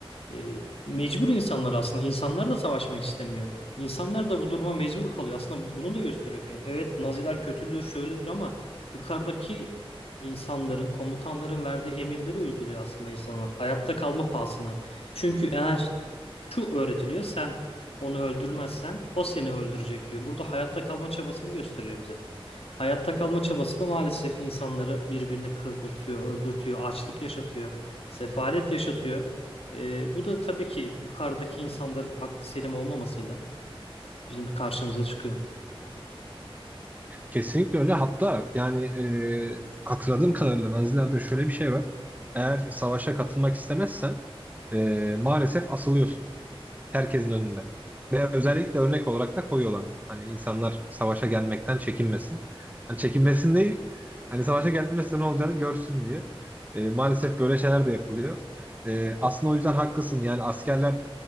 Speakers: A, on the left; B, on the right.
A: e, mecbur insanlar aslında. İnsanlar da savaşmak istemiyor. İnsanlar da bu duruma mecbur kalıyor. Aslında bunu da gösteriyor film. Evet Naziler kötüdür, şöyledir ama yukarıdaki insanların, komutanların verdiği emirleri uyguluyor aslında insanlar. Hayatta kalma pahasına. Çünkü eğer şu öğretiliyor, sen onu öldürmezsen o seni öldürecek diyor. Burada hayatta kalma çabasını gösteriyor bize. Hayatta kalma çabası da maalesef insanları birbirine kırdırtıyor, öldürtüyor, açlık yaşatıyor, sefalet yaşatıyor. Ee, bu da tabii ki yukarıdaki insanların aklı selim olmamasıyla bizim karşımıza çıkıyor.
B: Kesinlikle öyle. Hatta yani e, hatırladığım kadarıyla Nazilerde şöyle bir şey var. Eğer savaşa katılmak istemezsen e, maalesef asılıyorsun herkesin önünde. Ve özellikle örnek olarak da koyuyorlar. Hani insanlar savaşa gelmekten çekinmesin. Hani çekinmesin değil, hani savaşa gelmesi ne olacağını görsün diye. E, maalesef böyle şeyler de yapılıyor. E, aslında o yüzden haklısın. Yani askerler